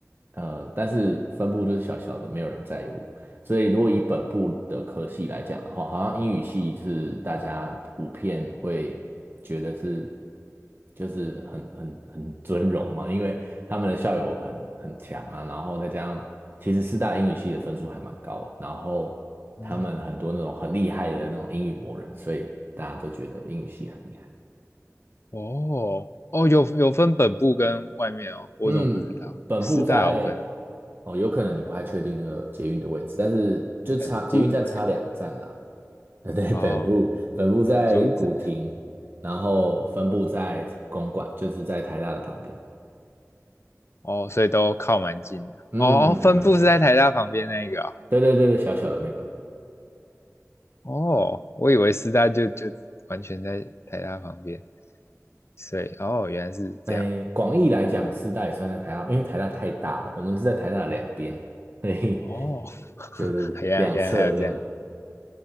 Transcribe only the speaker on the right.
呃，但是分部就是小小的，没有人在乎。所以如果以本部的科系来讲的话，好像英语系是大家普遍会觉得是就是很很很尊荣嘛，因为他们的校友很很强啊，然后再加上其实四大英语系的分数还蛮高的，然后他们很多那种很厉害的那种英语魔人，
所以大家都觉得英语系很厉害。
嗯，本部在
哦，有可能你不太确定那个捷运的位置，但是就差捷运站差两站啦。
<laughs> 呃，对，
本部本部在古亭，
然后分部在公馆，就是在台大的旁边。
嗯，
还蛮近的。对对对对，小小的那个。
诶，广义来讲，师大也算在台大，因为台大太大了，我们是在台大的两边，所以
就是两侧这样。